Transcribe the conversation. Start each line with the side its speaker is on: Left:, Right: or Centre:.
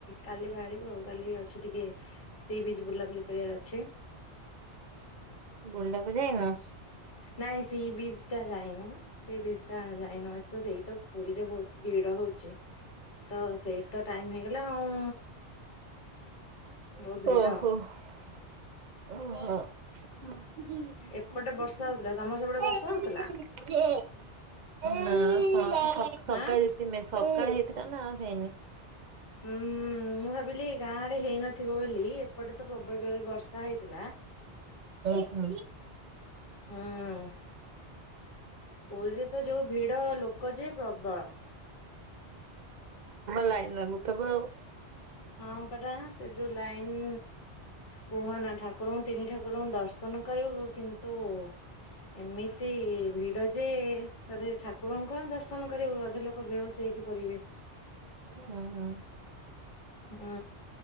Left: କାଲି ବାହାରିବୁ ଆଉ କାଲି ଅଛି ଟିକେ ସିଏବି ଆଜି ବୁଲାବୁଲି କରିବାର ଅଛି।
Right: ବୁଲିବାକୁ ଯାଇନ?
Left: ନାଇଁ ସି ବିଚ ଟା ଯାଇନୁ। ସି ବିଜ ଟା ଯାଇନୁ ହତ ସେଇ ତ ପୁରୀରେ ବହୁତ ଭିଡ ହଉଛି। ଚି ତ ସେଇଠି ତ ଟାଇମ୍ ହେଇଗଲା ଆଉ।
Right: ଓହୋ।
Left: ଯୋଉ ଭିଡ
Right: ଓହୋ। <unintelligible>
Left: ଏପଟେ ବର୍ଷା
Right: ତା
Left: ହଉଥିଲା ତମର ସେପଟେ ବର୍ଷା ହଉଥିଲା
Right: ନା ଆଉ
Left: ଆଁ
Right: ହେଇନି।
Left: ହୁଁଁ ମୁଁ ଭାବିଲି। ଗାଁ ଆଡେ ହେଇନଥିବ ବୋଲି ଏପଟେ ତ ପ୍ରବଳ ଜରେ ବର୍ଷା ହେଇଥିଲା।
Right: ଉଁ ହୁଁ।
Left: ହୁଁ। ପୁରୀରେ ତ ଯୋଉ ଭିଡ ଲୋକ ଯେ ପ୍ରବଳ।
Right: ଲାଇନ ଲାଗୁଥିବ ଆଉ।
Left: ହଁ ପରା ସେ ଯୋଉ ଲାଇନ୍। କୁହ ନା ଠାକୁରଙ୍କୁ ତିନି ଠାକୁରଙ୍କୁ ଦର୍ଶନ କରିବ କିନ୍ତୁ ଏମିତି ଭିଡ ଯେ ତତେ ଠାକୁରଙ୍କୁ ଦର୍ଶନ କରିବୁ ଅଧା ଲୋକ ଲୋକ ବେହୋସ୍‌ ହେଇକି ପଡିବେ।
Right: ହୁଁ ହୁଁ।
Left: ହୁଁ।